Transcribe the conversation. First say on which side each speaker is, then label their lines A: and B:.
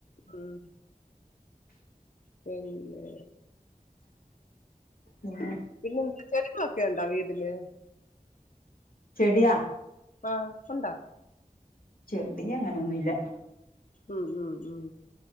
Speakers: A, on the left; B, on the left.
A: ഉം പിന്നെ
B: ഉം
A: പിന്നെന്താ ചെടികളൊക്കെ ഉണ്ടോ വീട്ടില്
B: ചെടിയാ
A: ആഹ് ഉണ്ടാ
B: ചെടി അങ്ങനൊന്നൂല്ല
A: ഉം ഉം ഉം